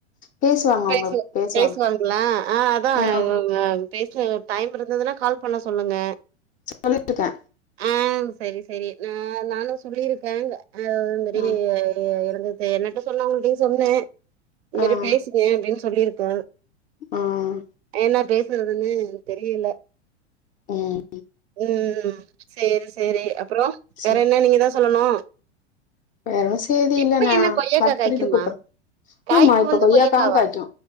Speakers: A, on the left (about 25°); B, on the right (about 60°).
A: பேசுவாங்க
B: பேசுவோ
A: உங்களுக்கு பேசுவாங்க
B: பேசுவாங்ளா அ அதா
A: உம்,
B: அவுங்க பேஸ்னாங்க டைம் இருந்துதுனா கால் பண்ண சொல்லுங்க
A: சொல்லிட்டுக்கே
B: அ செரி செரி ந நானு சொல்லிருக்க அ அது மரி
A: உம்,
B: ஏ இருந்துத்தே என்னட்ட சொன்னாவங்க்ள்ட்யு சொன்னே இந் மரி
A: உம்,
B: பேசுனிய அப்டின் சொல்லிருக்க
A: உம்,
B: என்னா பேசுறதுன்னு தெரியல
A: உம்.
B: ம் ம் சேரி சேரி அப்றோ
A: சரி
B: வேற என்ன நீங்க தா சொல்லணு
A: வேற ஒன்னு சேதி இல்ல
B: இப்ப
A: நா
B: என்ன கொய்யக்கா
A: கட் பண்ணிட்டு
B: காய்க்குமா
A: கூப்புற்
B: காய்ப்பு
A: ஆமா இப்ப
B: வந்து
A: கொய்யாகாவு
B: கொய்யக்காவா
A: காய்க்கு